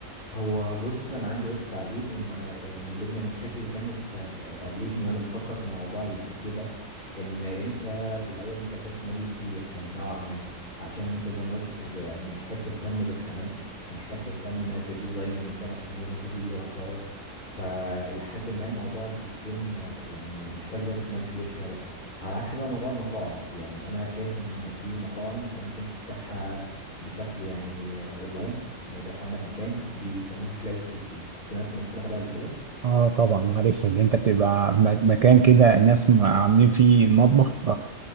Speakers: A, on the left; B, on the right.
A: هو بص انا عندي بس تعليق ان آه، يعني من ضمن المشاكل اللي كانت آه، قابلتني وانا بفكر في موضوع الكافيه ده ان انت في الاول محتاج راس مال كبير يعني نوعا ما عشان انت زي ما قلت انت بتبقى محتاج تهتم بالخامات محتاج تهتم بديزاين المكان عشان دي ناس هتيجي وهتقعد فلحد ما الموضوع بيكون آه، يعني محتاج راس مال كبير شوية على عكس بقى موضوع المطاعم يعني انا شايف ان في مطاعم انت ممكن تفتحها بشكل يعني اونلاين ما يبقاش عندك مكان بيسموها كلاود كيتشنج سمعت المصطلح ده قبل كده
B: اه طبعا عارف ان انت بتبقى م- مكان كده ناس م- عاملين فيه مطبخ